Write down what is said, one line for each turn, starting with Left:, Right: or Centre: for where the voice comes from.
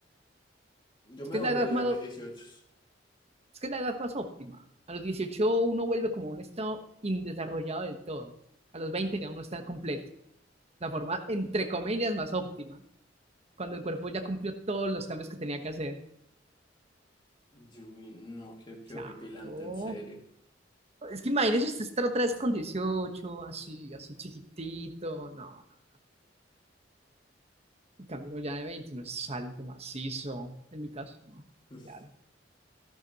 Left: Yo
Right: Es
Left: me
Right: que es
Left: volvería
Right: la edad más,
Left: a mis dieciocho
Right: es que es la edad más óptima. A los 18 uno vuelve como un estado indesarrollado del todo. A los 20 ya uno está completo. La forma, entre comillas, más óptima. cuando el cuerpo ya cumplió todos los cambios que tenía que hacer.
Left: Yui, no, qué, qué
Right: Claro.
Left: horripilante, en serio.
Right: Es que imagínese usted estar otra vez con 18 así, así chiquitito. No, no. En cambio, uno ya de 20 no es alto, macizo. En mi caso, no.
Left: <laughs>
Right: Claro.